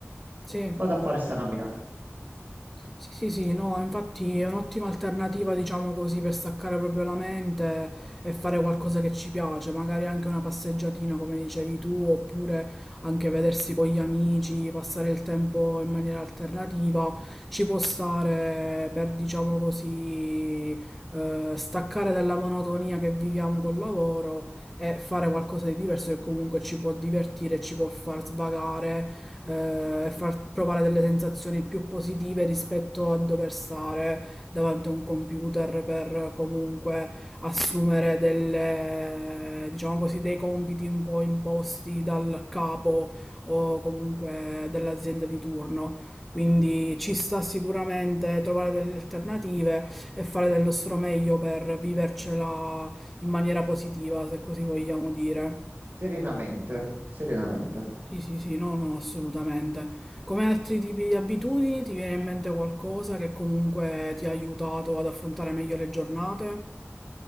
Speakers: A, in the centre; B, on the right.
A: Sì.
B: Vado a fare sta camminata.
A: Sì, sì, sì, no, infatti è un'ottima alternativa, diciamo così, per staccare proprio la mente e fare qualcosa che ci piace, magari anche una passeggiatina, come dicevi tu, oppure anche vedersi con gli amici, passare il tempo in maniera alternativa, ci può stare per, diciamo così, eh, staccare dalla monotonia che viviamo col lavoro e fare qualcosa di diverso che comunque ci può divertire, ci può far svagare, eh, far provare delle sensazioni più positive rispetto a dover stare davanti a un computer per comunque assumere delle, diciamo così, dei compiti un po' imposti dal capo o comunque dell'azienda di turno. Quindi ci sta sicuramente trovare delle alternative e fare del nostro meglio per vivercela in maniera positiva, se così vogliamo dire.
B: Serenamente, serenamente.
A: Sì, sì, sì, no, no, assolutamente. Come altri tipi di abitudini, ti viene in mente qualcosa che comunque ti ha aiutato ad affrontare meglio le giornate?